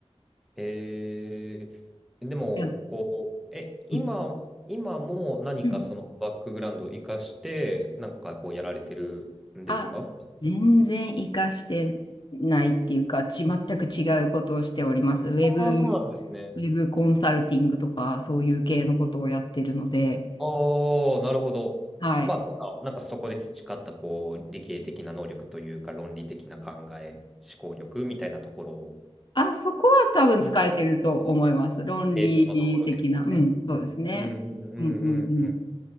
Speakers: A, in the centre; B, on the left (about 45°).
A: えー、でも、
B: いや、
A: こう、え、今、
B: うん。
A: 今も何かそのバックグラウンドを生かして、
B: うん
A: なんかこうやられてるんですか
B: あ、全然活かしてないっていうか、ち、全く違うことをしております。ウェブ、
A: ああ、そうなんですね。
B: ウェブコンサルティングとか、そういう系のことをやってるので、
A: ああ、なるほど。
B: はい。
A: まあ、ただなんかそこで培ったこう理系的な能力というか、論理的な考え、思考力みたいなところを、
B: あ、そこは多分使えてると思います。
A: うん
B: 論理的な。
A: えーのところですよね。
B: うん、そうですね。
A: うんうんうんうんうん。
B: うんうん